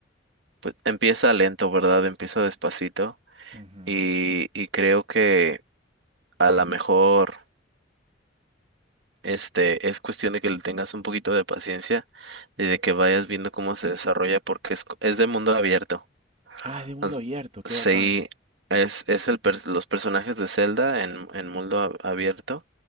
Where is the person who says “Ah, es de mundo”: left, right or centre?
Right